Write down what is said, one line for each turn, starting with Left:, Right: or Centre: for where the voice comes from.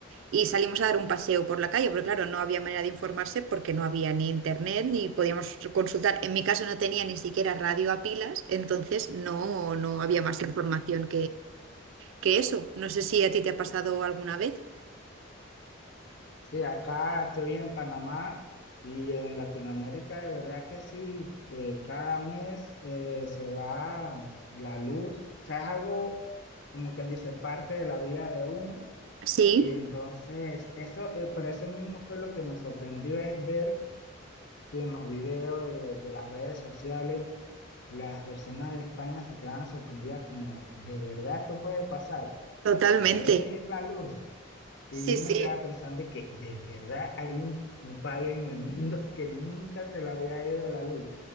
Right: y salimos a dar un paseo por la calle, porque claro, no había manera de informarse porque no había ni internet ni podíamos consultar. En mi caso no tenía ni siquiera radio a pilas, entonces no, no había más información que eso. No sé si a ti te ha pasado alguna vez.
Left: Sí, acá estoy en Panamá y en Latinoamérica, de verdad que sí, eh, cada mes eh, se va la luz, o sea, es algo como quien dice parte de la vida de uno
Right: Sí,
Left: y entonces eso, eh, pero eso mismo fue lo que me sorprendió es ver que en los videos de, de las redes sociales las personas de España se quedaban sorprendidas como, ¿de verdad esto puede pasar?
Right: totalmente.
Left: ¿Se puede ir la luz?
Right: Sí,
Left: Y yo
Right: sí.
Left: me quedaba pensando de que de verdad hay un, un país en el mundo <laughs> que nunca se le había ido la luz.